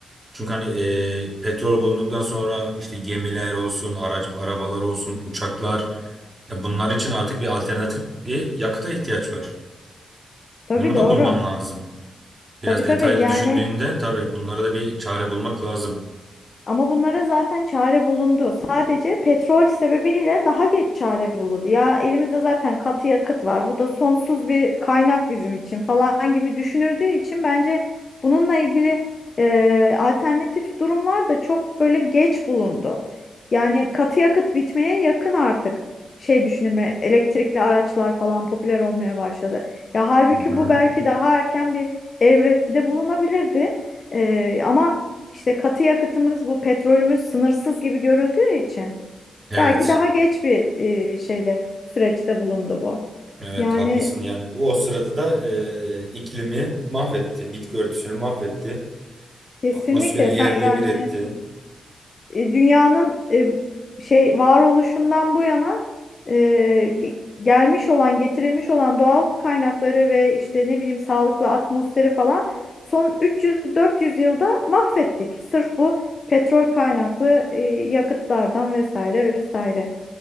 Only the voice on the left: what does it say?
Tabii
doğru.
Tabii
tabii
yani
Ama bunlara zaten çare bulundu. Sadece petrol sebebiyle daha geç çare bulundu. Ya elimizde zaten katı yakıt var. Bu da sonsuz bir kaynak bizim için falan gibi düşünüldüğü için bence bununla ilgili e, alternatif durumlar da çok böyle geç bulundu. Yani katı yakıt bitmeye yakın artık şey düşünülme elektrikli araçlar falan popüler olmaya başladı. Ya halbuki
bu belki daha erken bir evrede bulunabilirdi. E, ama işte katı yakıtımız bu petrolümüz sınırsız gibi görüldüğü için
belki daha geç bir e, şeyde süreçte bulundu bu.
Yani
kesinlikle
sen
yani
e, dünyanın e, şey varoluşundan bu yana e, ge- gelmiş olan getirilmiş olan doğal kaynakları ve işte ne bileyim sağlıklı atmosferi falan son 300-400 yılda mahvettik. Sırf bu petrol kaynaklı e, yakıtlardan vesaire vesaire.